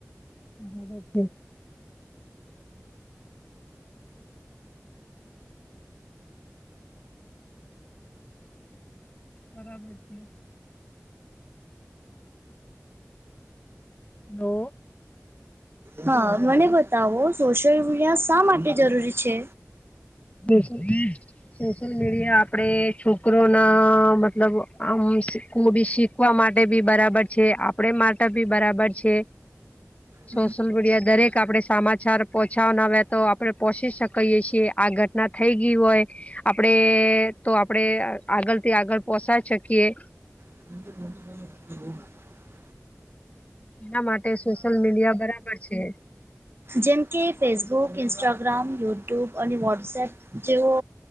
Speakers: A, on the left; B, on the right.
A: હ બ છે બરાબર છે તો
B: હા મને બતાવો સોશિયલ મીડિયા શા માટે જરૂરી છે.
A: બ સોશિયલ મીડિયા આપડે છોકરો ના મતલબ આમું બી શીખ શકવા માટે બી બરાબર છે આપડ માટે ભી બરાબર છે.
B: હમ
A: સોશિયલ મીડિયા દરેક આપણે સમાચાર પહોંચાવાના આવ્યા તો આપણે પહોંચી શકીએ છીએ આગળ ના થઈ ગય હોય આપડે તો આપડે આગળ થી આગળ પોસ શકીએે
B: એ
A: એના માટે સોશિયલ મીડિયા બરાબર છે.
B: જેમકે ફેસબુક ઇન્સ્ટાગ્રામ યુટ્યુબ અને વોટ્સએપ જેવો